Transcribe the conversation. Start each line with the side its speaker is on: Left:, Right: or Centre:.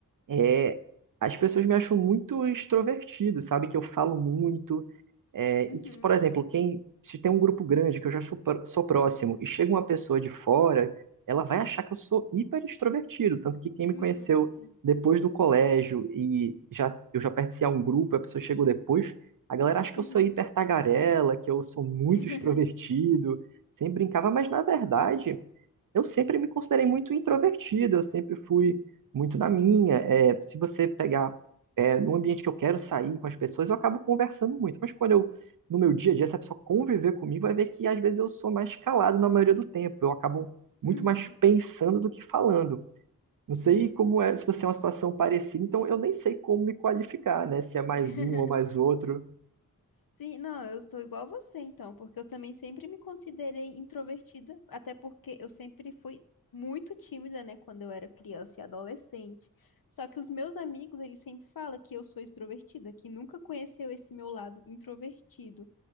Right: É, as pessoas me acham muito extrovertido, sabe? Que eu falo muito. É,
Left: Uhum.
Right: e que, se, por exemplo, quem se tem um grupo grande que eu já sou, pró- sou próximo e chega uma pessoa de fora, ela vai achar que eu sou hiper extrovertido. Tanto que quem me
Left: Hum,
Right: conheceu
Left: sim.
Right: depois do colégio e já eu já pertencia a um grupo, a pessoa chegou depois, a galera acha que
Left: Uhum.
Right: eu sou hiper tagarela, que eu sou muito
Left: <laughs>
Right: extrovertido, sempre brincava, mas na verdade eu sempre me considerei muito introvertido, eu sempre fui muito na minha. É, se você pegar, é, num ambiente que eu quero sair com as pessoas, eu acabo conversando muito. Mas quando eu, no meu dia a dia, se a pessoa conviver comigo, vai ver que às vezes eu sou mais calado na maioria do tempo. Eu acabo muito
Left: Uhum.
Right: mais pensando do que falando. Não sei
Left: Uhum.
Right: como é, se você é uma situação parecida, então eu nem sei como me qualificar, né? Se é mais
Left: <laughs>
Right: um ou mais outro.
Left: Sim, não, eu sou igual a você então, porque eu também sempre me considerei introvertida, até porque eu sempre fui muito tímida, né, quando eu era criança e adolescente. Só que os meus amigos, eles sempre falam que eu sou extrovertida, que nunca conheceu esse meu lado introvertido.